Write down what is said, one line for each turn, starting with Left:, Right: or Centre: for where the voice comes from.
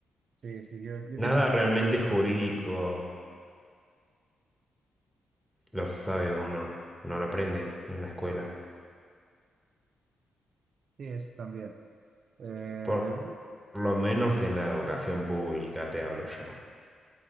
Right: Sí, sí, yo, yo
Centre: nada
Right: tengo ese
Centre: realmente
Right: problema.
Centre: jurídico lo sabe uno, no lo aprende en la escuela.
Right: Sí, es también. Eh,
Centre: Por lo menos en la educación pública te hablo yo.